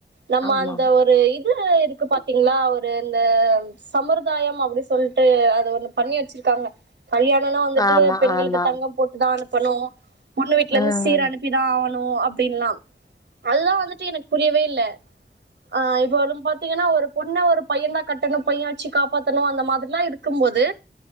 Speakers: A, on the right; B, on the left.
A: நம்ம
B: ஆமா
A: அந்த ஒரு இது இருக்கு பாத்தீங்களா ஒரு இந்த சம்முர்தாயம் அப்படி சொல் ட்டுஅது ஒண்ணு பண்ணி வச்சிருக்காங்க கல்யாணம்னா வந்துட்டு
B: ஆமா
A: பெண்களுக்கு
B: ஆமா
A: தங்கம் போட்டு தா அனுப்பணும் பொண்ணு வீட்லருந்து
B: ம்
A: சீரனுப் ணிதா ஆவணு அப்டின்லா அதுதா வந்துட்டு எனக் புரியவே இல்ல ஆ இப்ப வந்து பாத்தீங்கனா ஒரு பொண்ண ஒரு பையந்தா கட்டணு பையன் வச்சு காப்பாத்தணு அந்த மாதிர் லா இருக்கும்போது